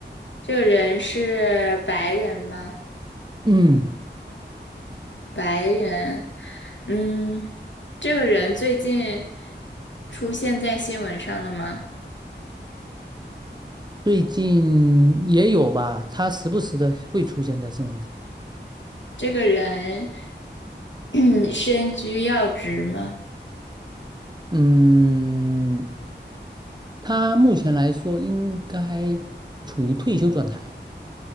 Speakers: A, on the left; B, on the right.
A: 这个人是白人吗？
B: 嗯，
A: 白人，嗯，这个人最近出现在新闻上了吗？
B: 最近也有吧，他时不时的会出现在新闻上。
A: 这个人 <clears throat> 身居要职吗？
B: 嗯，他目前来说应该处于退休状态。